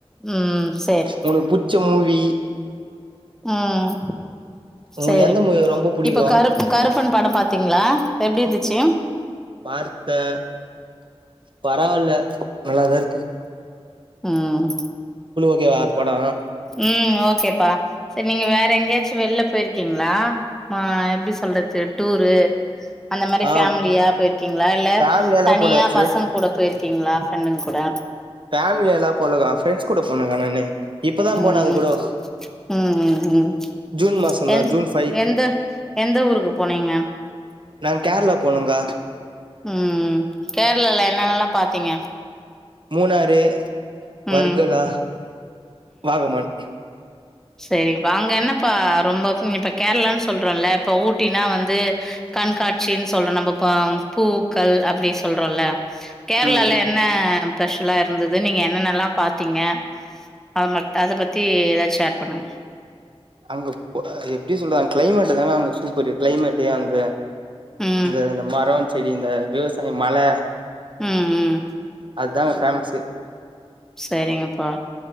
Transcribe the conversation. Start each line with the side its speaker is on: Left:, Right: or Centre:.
Centre: ம் சேர்
Right: உங்களுக்கு புடிச்ச மூவி
Centre: ம்
Right: உங்களுக்கு
Centre: சேரி
Right: எந்த மூவி ரொம்ப புடிக்கு
Centre: இப்ப கருப் கருப்பன் படம் பாத்தீங்ளா எப்டி இருந்துச்சு?
Right: பார்த்த பரவல்ல நல்லாதாருக்கு
Centre: ம்
Right: <unintelligible> படொ
Centre: ம் ஓகேப்பா செர் நீங்க வேற எங்யாச்சு வெள்ல போயிருக்கீங்ளா? ஆ எப்டி சொல்றது டூரு அந்த மாரி
Right: ஆ
Centre: ஃபேமிலியா போயிருக்கீங்ளா இல்ல
Right: ஃபேமிலியாலா
Centre: தனியா
Right: போல ஃப்ரெண்ட்ஸ்
Centre: பசங்கூட போயிருக் கீங்ளா ஃப்ரெண்டுங் கூட
Right: ஃபேமிலியாலா போலகா ஃப்ரெண்ட்ஸ் கூட போனகா நானு இப்பதா
Centre: ம்
Right: போனே அது கூடோ
Centre: ம் ம் ம்
Right: ஜூன் மாசந்தா
Centre: எந்
Right: ஜூன் ஃபைவ்
Centre: எந்த எந் த ஊருக்கு போனீங்க
Right: நாங் கேரளா போணொங்கா
Centre: ம் கேரளால என்னென்னல்லா பாத்தீங்க?
Right: மூணாறு
Centre: ம்
Right: வர்கலா வாகமண்
Centre: செரிப்பா அங்க என்னப்பா ரொம்ப இப்ப கேரளான்னு சொல்றோல இப்ப ஊட்டினா வந்து கண்காட்சின் சொல்றோ நம்ம இப்பம் பூக்கள் அப்டி சொல்றோல கேரளால
Right: ம்
Centre: என்ன ஸ்பெஷலா இருந்துது நீங்க என்னென்ன எல்லா பாத்தீங்க அ ம அதபத்தி ஏதாச்சு ஷேர் பண்ணுங்க
Right: அங்க எப்டி சொல்றாங்க கிளைமேட் தாங்க அங்க சூப்பரு கிளைமேட்டு அந்த
Centre: ம்
Right: இந்த இந்த மரம் செரி இந்த விவசாயம் மலை
Centre: ம் ம்
Right: அதான் அங்க பேமஸு
Centre: செரிங்கப்பா